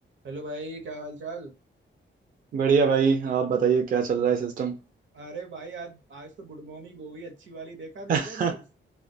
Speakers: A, on the right (about 75°); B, on the right (about 45°).
A: हेलो भाई क्या हाल चाल
B: बढ़िया भाई आप बताइए क्या चल रहा है सिस्टम
A: अरे भाई आज आज तो गुड मॉर्निंग हो गई अच्छी वाली देखा नहीं
B: <laughs>
A: क्या न्यूज